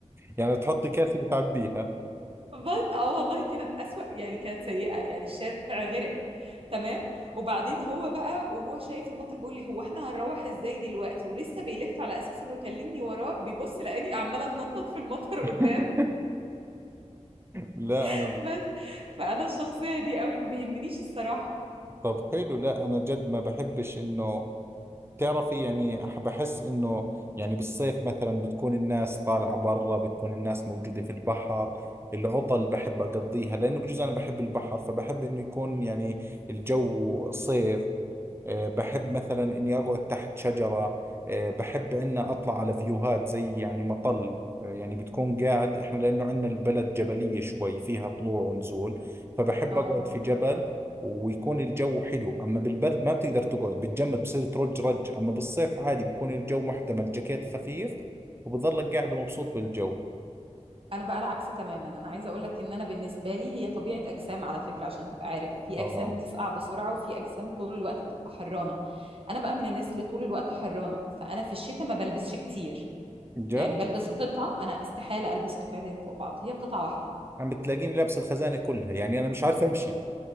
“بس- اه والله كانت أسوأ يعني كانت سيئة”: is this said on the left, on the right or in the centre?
Right